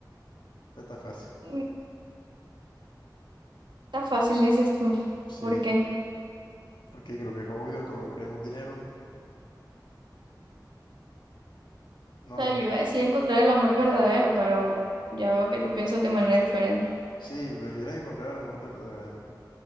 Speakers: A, on the left (about 85°); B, on the right (about 85°).
A: Esto está fácil.
B: Mm, Está fácil, dices tú.
A: Sí,
B: ¿Por qué?
A: porque creo que es obvio, todos queremos dinero. No.
B: sea, yo iba a decir encontrar el amor verdadero, pero ya veo que tú piensas de manera diferente.
A: Sí, prefieres encontrar el amor verdadero.